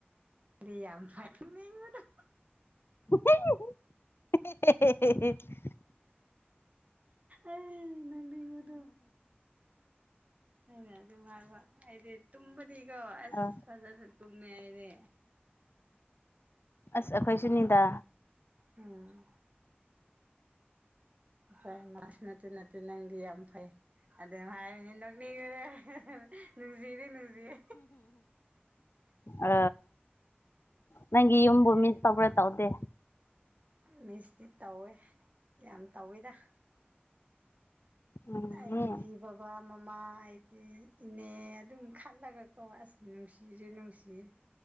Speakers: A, on the right; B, on the left.
A: <unintelligible>
B: <unintelligible> <unintelligible>
A: ꯑꯦ ꯅꯣꯛꯅꯤꯕ ꯗꯣ ꯑꯩꯅ ꯑꯗꯨꯝ ꯍꯥꯏꯕ ꯑꯩꯗꯤ ꯇꯨꯝꯕꯗꯤꯀꯣ ꯑꯁ
B: ꯑ
A: ꯐꯖꯅ ꯇꯨꯝꯃꯦ ꯑꯩꯗꯤ
B: ꯑꯁ ꯑꯈꫭꯏꯁꯨꯅꯤꯗ
A: ꯎꯝ ꯐꯩ ꯃꯥꯁꯨ ꯅꯠꯇꯦ ꯅꯠꯇꯦ ꯅꯪꯗꯤ ꯌꯥꯝ ꯐꯩ ꯑꯗꯨꯝ ꯍꯥꯏꯔꯤꯅꯤ ꯅꯣꯛꯅꯤꯡꯕꯅꯤ ꯅꯨꯡꯁꯤꯗꯤ ꯅꯨꯡꯁꯤꯌꯦ
B: ꯑ ꯅꯪꯒꯤ ꯌꯨꯝꯕꯨ
A: ꯑꯦ
B: ꯃꯤꯁ ꯇꯧꯕ꯭ꯔꯥ ꯇꯧꯗꯦ
A: ꯃꯤꯁꯇꯤ ꯇꯧꯋꯦ ꯌꯥꯝ ꯇꯧꯋꯤꯗ
B: ꯎꯝ
A: ꯑꯩꯒꯤ
B: ꯃꯤ
A: ꯕꯕꯥ ꯃꯃꯥ ꯑꯩꯒꯤ ꯏꯅꯦ ꯑꯗꯨꯝ ꯈꯠꯂꯒ ꯑꯣ ꯑꯁ ꯅꯨꯡꯁꯤꯔꯦ ꯅꯨꯡꯁꯤꯌꯦ